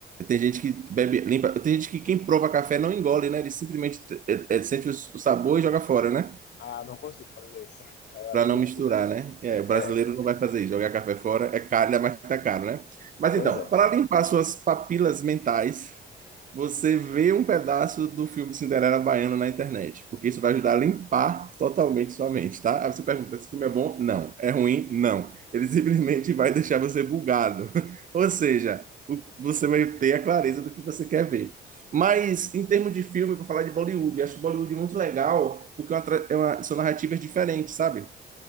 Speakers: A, on the right; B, on the left.
A: Tem gente que bebe, limpa, tem gente que quem prova café não engole, né? Ele simplesmente eh, eh, sente o sabor e joga fora, né?
B: Ah, não consigo fazer isso. <laughs> Eu
A: Para
B: acho
A: não
B: loucura.
A: misturar, né? É, o brasileiro
B: É,
A: não vai fazer isso, jogar café fora é caro, mas tá caro, né? Mas
B: pois
A: então,
B: é.
A: para limpar suas papilas mentais, você vê um pedaço do filme Cinderela Baiana na internet, porque isso vai ajudar a limpar totalmente sua mente, tá? Aí você pergunta, esse filme é bom? Não. É ruim? Não. Ele simplesmente vai deixar você bugado. <laughs> Ou seja, o- você vai ter a clareza do que você quer ver. Mas em termos de filme, para falar de Bollywood, eu acho Bollywood muito legal, porque é uma tra- é uma- são narrativas diferentes, sabe?